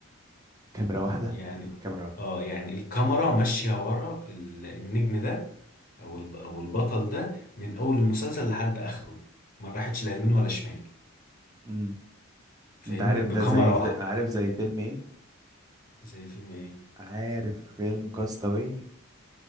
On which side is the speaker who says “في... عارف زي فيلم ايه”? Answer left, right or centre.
Right